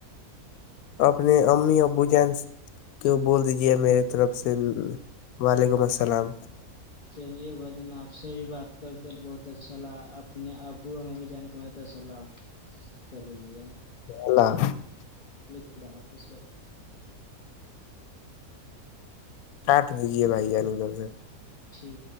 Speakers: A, on the left; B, on the left.
A: اپنے امی ابو جان کو بول دیجیے میرے طرف سے وعلیکم السلام
B: چلیے بھا جن آپ سے بھی بات کر کے بہت اچھا لگا اپپنے ابو اور ممی جان کے تمت اللام کہ دیجیے گا
A: اللہ
B: خدا حافظ بھائی
A: کاٹ دیجے بھائی اللو گھر سے
B: ٹھیک